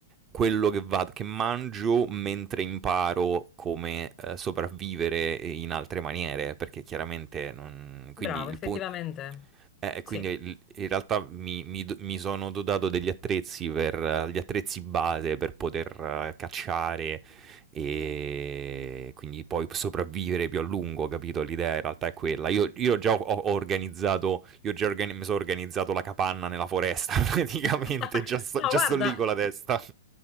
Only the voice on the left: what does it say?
Bravo,
effettivamente.
Sì.
<laughs>
No,
guarda,